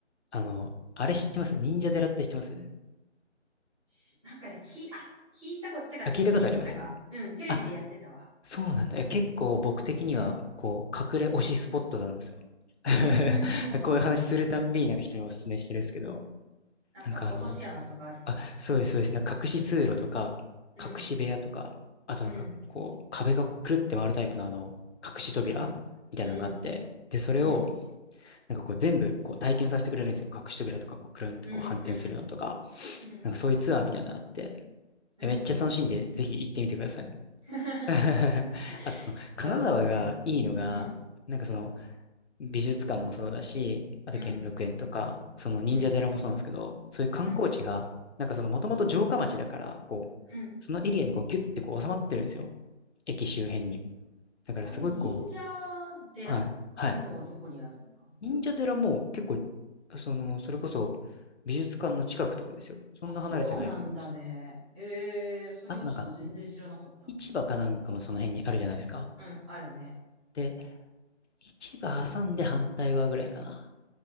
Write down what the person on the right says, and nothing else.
しなんかね、き、あ、聞いたこと、てかテレビでやってたか。
うん、テレビでやってたわ。
うん。
うーん、そうなんだね。
なんか、
落とし穴とかあるところでしょ。
うん、うん、
うん、
うん、うん、
うん、うん、
うん、うん、
うん。
<laughs>
そうだね。
うん、
うん、
うん、
うん、
うん。
あれ、忍者寺っていうのはどこにあるんだ
あ、そうなんだね。ええ、それをちょっと全然知らなかったな。
うん、あるね。